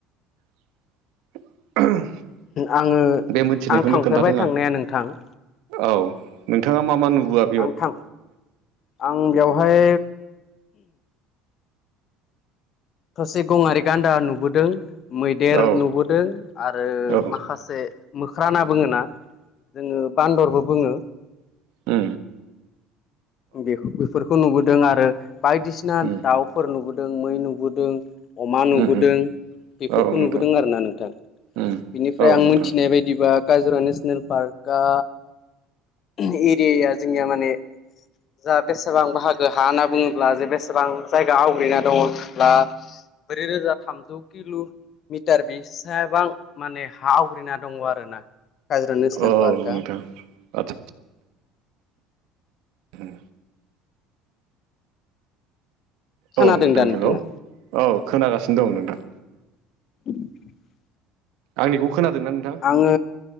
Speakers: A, on the right (about 70°); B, on the left (about 40°).
A: <inaudible>
B: आङो
A: बे मोनथिनायखौनो
B: आं थांफेरबाय
A: खोन्थादों
B: थांनाया
A: आं
B: नोंथां
A: औ नोंथाङा मा मा नुबाआ
B: आं थां आं बेवहाय थसे गङारि गान्दा नुबोदों मैदेर
A: औ
B: नुबोदों आरो
A: औ
B: माखासे मोख्रा होना बुङोना जोङो बान्दरबो बुङो
A: ओ
B: बे बेफोरखौ नुबोदों आरो बायदिसिना
A: उम
B: दाउफोर नुबोदों मै नुबोदों अमा नुबोदों
A: उम उम
B: बेफोरखौ
A: औ नोंथां
B: नुबोदों आरोना नोंथां
A: उम
B: बिनिफ्राय
A: औ
B: आं
A: नोंथां
B: मोनथिनाय बायदिबा काजरा नेसनेल पार्कआ एरियाया जोंनिया माने जा बेसेबां बाहागो हा होनना बुङोब्ला जे बेसेबां जायगा आवग्रिना दङब्ला ब्रै रोजा थामजौ किल' मिटार बेसेबां माने हा आवग्रिना दङ आरोना काजिरङा नेसनेल
A: औ
B: पार्का
A: नोंथां आदसा उम
B: खोनादों
A: औ नोंथां
B: दा नोंथाङा
A: हेल' औ खोनागासिनो दं नोंथां
B: <inaudible>
A: आंनिखौ खोनादों ना नोंथां
B: आङो